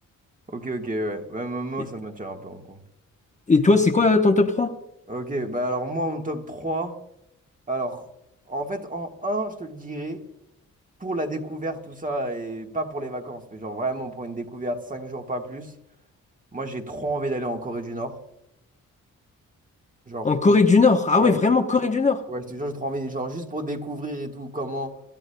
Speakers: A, on the right (about 25°); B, on the left (about 20°).
A: Ok, ok, ouais. Ouais, moi moi,
B: Et,
A: ça m'attire un peu Hong Kong.
B: et toi, c'est quoi euh, ton top 3?
A: Ok, bah alors moi en top trois Alors, en fait, en un, je te le dirais, pour la découverte, tout ça, et pas pour les vacances, mais genre vraiment pour une découverte, 5 jours, pas plus. Moi, j'ai trop envie d'aller en Corée du Nord. Genre,
B: En Corée du Nord. Ah
A: ouais,
B: ouais, vraiment, Corée du Nord.
A: ouais, je te jure, j'ai trop envie, genre juste pour découvrir et tout, comment,